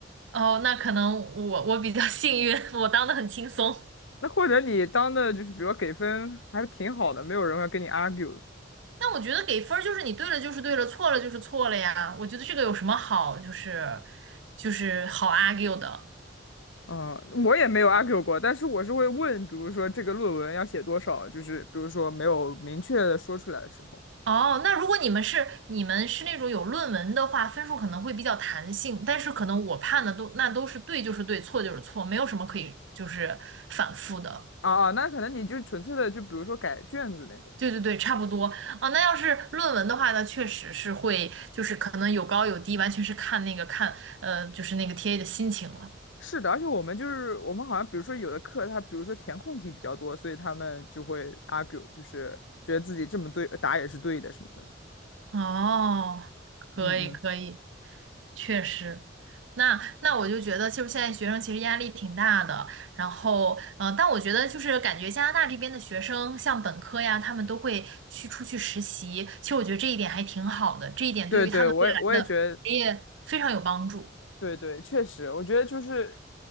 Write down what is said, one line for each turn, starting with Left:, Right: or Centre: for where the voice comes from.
Right: 哦，那可能我我比较幸运，<laughs> 我当的很轻松。
Left: 那或者你当的就是，比如说给分还挺好的，没有人会跟你 argue。
Right: 但我觉得给分儿就是你对了就是对了，错了就是错了呀。我觉得这个有什么好，就是就是好 argue 的。
Left: 嗯，我也没有 argue 过，但是我是会问，比如说这个论文要写多少，就是比如说没有明确的说出来的时候。
Right: 哦，那如果你们是你们是那种有论文的话，分数可能会比较弹性，但是可能我判的都那都是对就是对，错就是错，没有什么可以就是反复的。
Left: 啊啊，那可能你就纯粹的，就比如说改卷子那种。
Right: 对对对，差不多啊，那要是论文的话呢，确实是会，就是可能有高有低，完全是看那个看，呃，就是那个 TA 的心情了。
Left: 是的，而且我们就是我们好像，比如说有的课，它比如说填空题比较多，所以他们就会 argue，就是觉得自己这么对答也是对的什么的。
Right: 哦，可以可以，
Left: 嗯嗯，
Right: 确实。那那我就觉得，就是现在学生其实压力挺大的。然后，呃，但我觉得就是感觉加拿大这边的学生，像本科呀，他们都会去出去实习。其实我觉得这一点还挺好的，这一点对于他们未来的职业非常有帮助。
Left: 对对，我也我也觉得，对对，确实，我觉得就是